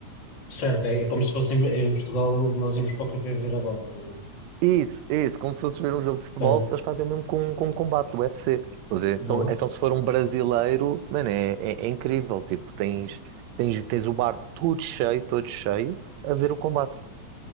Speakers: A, on the left; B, on the right.
A: Certo, é, é como se fosse em, em Portugal, nós íamos para o café ver a bola, por exemplo.
B: Isso, isso, como se fosse ver um jogo de futebol,
A: Certo.
B: eles fazem o mesmo com, com um combate do UFC. Estás a ver?
A: Boa.
B: Então, então, se for um brasileiro, mano, é, é, é incrível. Tipo, tens, tens, tens o bar todo cheio, todo cheio, a ver o combate.